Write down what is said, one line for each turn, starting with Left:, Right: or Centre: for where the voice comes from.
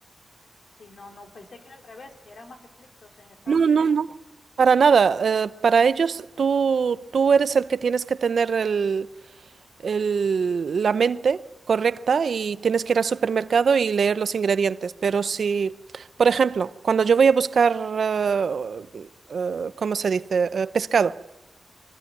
Left: Sí, no, no, pensé que era al revés, que eran más estrictos en Estados
Right: No, no,
Left: Unidos.
Right: no, para nada. Eh, para ellos, tú, tú eres el que tienes que tener el, el- la mente correcta y tienes que ir al supermercado y leer los ingredientes. Pero si, por ejemplo, cuando yo voy a buscar, eh, eh, ¿cómo se dice? Eh, pescado.